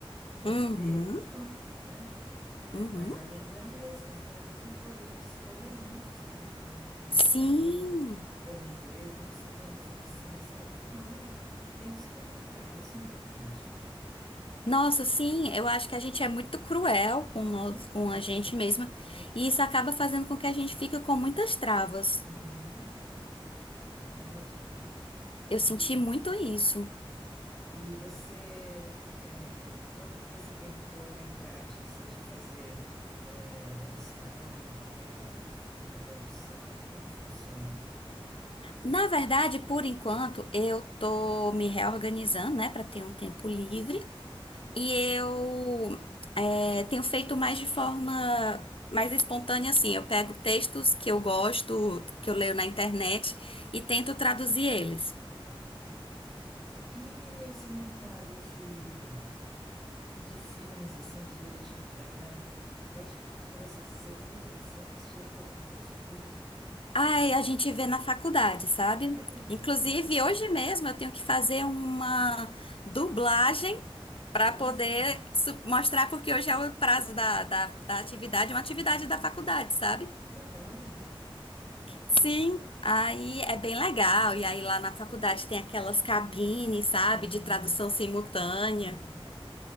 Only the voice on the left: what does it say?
Uhum,
uhum.
Sim.
Nossa, sim, eu acho que a gente é muito cruel com
nós, com
a gente mesma,
e isso acaba fazendo com que a gente fique com muitas travas.
Eu
senti muito isso.
Na verdade, por enquanto, eu tô me reorganizando, né, para ter um tempo livre, e eu é, tenho feito mais de forma mais espontânea, assim. Eu pego textos que eu gosto, que eu leio na internet, e tento traduzir eles.
Ai, a gente vê na faculdade, sabe?
Inclusive, hoje mesmo eu tenho que fazer uma dublagem
para poder su- mostrar, porque hoje é o prazo da, da, da atividade, uma atividade
da faculdade, sabe?
Sim, aí é bem legal. E aí lá na faculdade tem aquelas cabines, sabe?
De tradução simultânea.